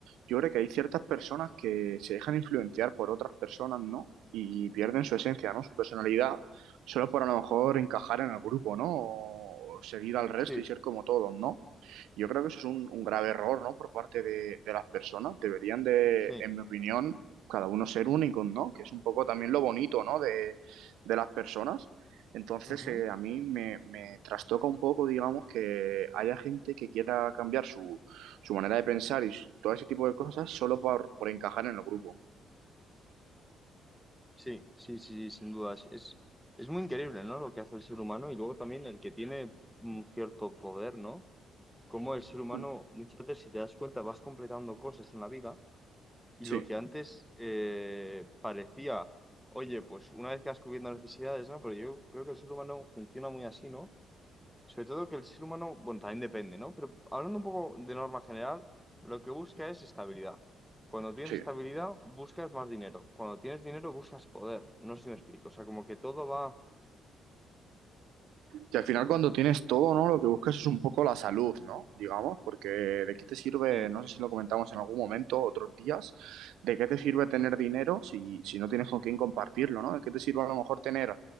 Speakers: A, on the right; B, in the centre.
A: yo creo que hay ciertas personas que se dejan influenciar por otras personas, ¿no? Y pierden su esencia, ¿no? Su personalidad, solo por a lo mejor encajar en el grupo, ¿no? O seguir al resto
B: Sí,
A: y ser como todos, ¿no? Yo creo que eso es un, un grave error, ¿no? Por parte de, de las personas. Deberían de,
B: sí,
A: en mi opinión, cada uno ser únicos, ¿no? Que es un poco también lo bonito, ¿no? De, de las personas. Entonces,
B: ujú,
A: eh, a mí me, me trastoca un poco, digamos, que haya gente que quiera cambiar su, su manera de pensar y s- todo ese tipo de cosas solo por, por encajar en el grupo.
B: Sí, sí, sí, sí, sin dudas. Es, es muy increíble, ¿no? Lo que hace el ser humano y luego también el que tiene un cierto poder, ¿no? Como el ser humano,
A: Mm.
B: muchas veces, si te das cuenta, vas completando cosas en la vida Y
A: Sí,
B: lo que antes eh, parecía, oye, pues una vez que vas cubriendo las necesidades, ¿no? Pero yo creo que el ser humano funciona muy así, ¿no? Sobre todo que el ser humano, bueno, también depende, ¿no? Pero hablando un poco de norma general, lo que busca es estabilidad. Cuando tienes
A: sí.
B: estabilidad, buscas más dinero. Cuando tienes dinero, buscas poder. No sé si me explico. O sea, como que todo va,
A: Que al final cuando tienes todo, ¿no? Lo que buscas es un poco la salud, ¿no? Digamos, porque ¿de qué te sirve,
B: eh,
A: no sé si lo comentamos en algún momento, otros días, de qué te sirve tener dinero si, si no tienes con quién compartirlo, ¿no? ¿De qué te sirve a lo mejor tener